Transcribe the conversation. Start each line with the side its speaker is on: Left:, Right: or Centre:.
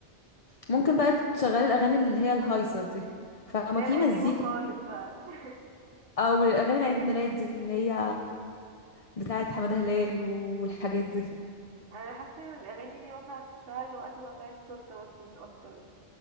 Left: ممكن بقى تشغلي الاغاني اللي هي الهايصه دي فما
Right: لا
Left: في
Right: القديمة
Left: مزيكا
Right: خالص بقى <laughs>
Left: او اغاني العيد ميلاد دي اللي هي بتاعه حمادة هلال والحاجات دي
Right: انا حاسة ان الأغاني دي مثلا هتشتغل وقت تقطيع التورتة بس مش أكتر